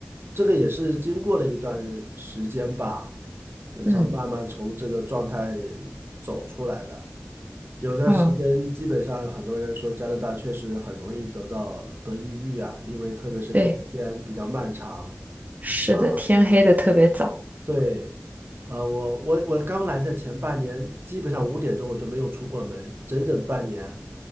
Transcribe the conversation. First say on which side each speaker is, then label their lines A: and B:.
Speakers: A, on the right; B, on the right.
A: 这个也是经过了一段时间吧，呃从慢慢从这个状态
B: 嗯
A: 走出来的。有段时间，
B: 嗯，
A: 基本上很多人说加拿大确实很容易得到得抑郁啊，因为特别是冬天比较漫长。
B: 对。是的，
A: 啊
B: 天黑的特别早，
A: 对，呃，我我我刚来的前半年，基本上五点钟我就没有出过门，整整半年，